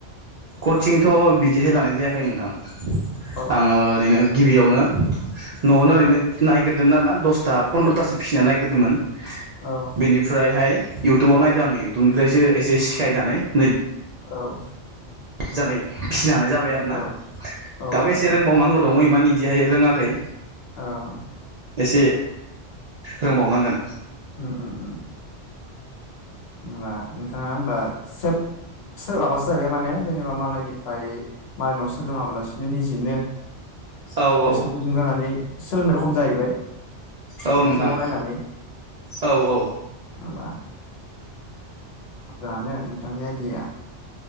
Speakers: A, on the right; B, on the left.
A: कचिंथ' बिदिहाय लानाय जायाखै नोंथां
B: औ
A: आङो ओरैनो गिबियावनो न'आवनो
B: औ
A: ओरैनो नायग्रोदोंमोन आरो ना दसथा फन्द्रथासो फिसिनो नायग्रोदोंमोन
B: औ
A: बेनि फ्रायहाय इउटुबाव नायदों आङो इउटुबनिफ्रायसो एसे सिखायनानै नै
B: औ
A: मोजाङै फिसिनो हानाय जाबाय आरोना
B: औ औ
A: दाबो
B: नोंथां
A: एसे रोंबावनांगौ दङमानि बिदिहाय रोङाखै
B: अ'
A: एसे रोंबावनांगोन
B: उम उम उम होमबा नोंथाङा होमबा सोरहाबा सोरहाबासो जाहैबाय माने जेनेबा मालायनिफ्राय मालायनाव सोलोङाबालासि नों निजिनो
A: औ
B: गोसो
A: औ
B: गुदुं जानानै सोलोंनाय खम जाहैबाय
A: औ
B: इउटुबाव
A: नोंथां
B: नायनानै
A: औ औ
B: बा मोजाङानो नोंथांनि आयदियाया